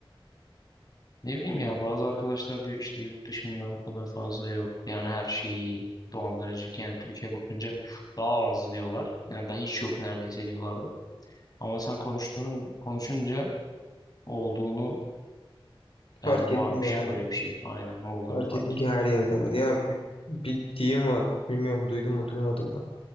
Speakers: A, on the left; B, on the left.
A: Ne bileyim ya bazı arkadaşlar diyor işte yurt dışında o kadar fazla yok. Yani her şeyi dolandırıcı yani Türkiye bakınca daha az diyorlar. Yani daha hiç yok neredeyse diyorlardı. Ama sen konuştuğun konuşunca olduğunu
B: Fark
A: yani
B: ettin
A: varmış
B: yani.
A: böyle bir şey. Aynen olduğunu
B: Fark
A: fark
B: ettin
A: ettim.
B: ki her yerde var. Ya bir, bir deyim var. Bilmiyorum duydun mu duymadın mı